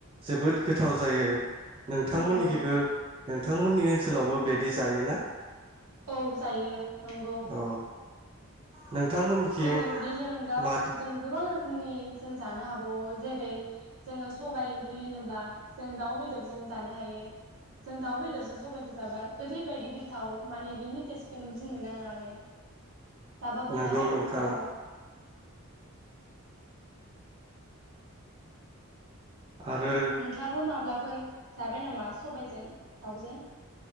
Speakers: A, on the right; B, on the right.
A: जोबोद गोथाव जायो। नोंथांमोननिखिबो
B: नंगौ
A: नोंथांमोननि ओनसोलावबो बेदि जायोना
B: औ जायो नंगौ
A: अ नोंथांमोननिथिं
B: जोंङो बेनि अनगा
A: माद
B: जों गोबां रो खोमनि जों जानो हाबावो जेरै जोंङो स सबाइ ओंख्रि होनोब्ला जों दाउ बेदरजों जानो हायो जों दाउ बेदरजों सबायखौ जाबा ओरैबायदि गोथाव माने बिनि टेस्टखौनो बुंनो नांङा आरो जाबाबो
A: नंगौ
B: जाबाय था
A: नोंथां
B: थावथाव
A: आरो
B: नोंथांङाबो माब्लाफोर जाबाय नामा सबायजों? दावजों